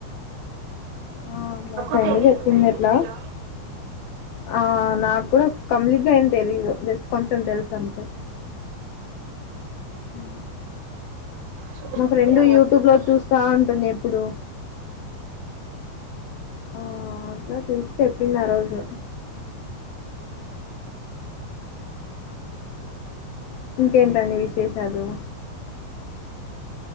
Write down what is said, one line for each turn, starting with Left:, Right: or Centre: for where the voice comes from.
Left: ఆ అమ్మో
Right: నాకు
Left: ఫ్రెండ్
Right: తెలీదు
Left: చెప్పింది
Right: పూర్తిగా
Left: ఎట్లా ఆ నాకు కూడా కంప్లీట్ గా అయిం తెలీదు జస్ట్ కొంచెం తెలుసు అంతే హహ
Right: సోషల్
Left: మా ఫ్రెండ్
Right: మీడియా వాడతారా
Left: యూట్యూబ్ లో చూస్తా ఉంటుంది ఎప్పుడు ఆ అట్లా చూసి చెప్పింది ఆ రోజు ఇంకేంటండి విశేషాలు